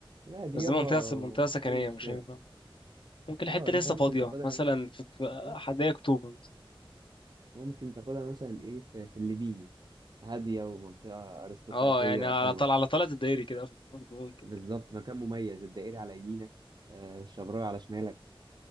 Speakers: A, on the right; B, on the left.
A: لا دي
B: بس
A: يابا
B: دي منطقه منطقه
A: ما فيهاش
B: سكنيه
A: اي مشكله
B: مش هينفع ممكن الحته
A: اه انت
B: لسه
A: ممكن
B: فاضيه
A: تاخدها
B: مثلا في في
A: ممكن
B: حدائق اكتوبر مثلا.
A: ممكن تاخدها مثلا ايه في, في الليبيني هاديه ومنطقه ارستقراطيه
B: اه يعني على
A: حلوه
B: طلع على طلعة الدائري كده <laughs> برضه ممكن
A: بالظبط مكان مميز الدائري على يمينك آه، الشبراوي على شمالك